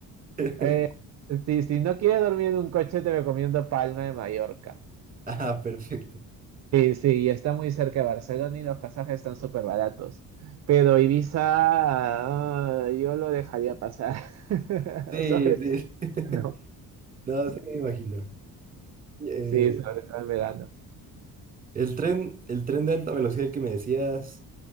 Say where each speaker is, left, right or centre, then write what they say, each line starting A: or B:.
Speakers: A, on the right; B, on the right.
A: <laughs>
B: Eh, si, si no quieres dormir en un coche, te recomiendo Palma de Mallorca.
A: Ah, perfecto.
B: Sí, sí, y está muy cerca de Barcelona y los pasajes están súper baratos. Pero Ibiza, ah, yo lo dejaría pasar. <laughs>
A: Sí,
B: Sobre
A: sí.
B: todo,
A: <laughs>
B: ¿no?
A: No, sí me imagino. Eh,
B: Sí, sobre todo en verano.
A: el tren, el tren de alta velocidad el que me decías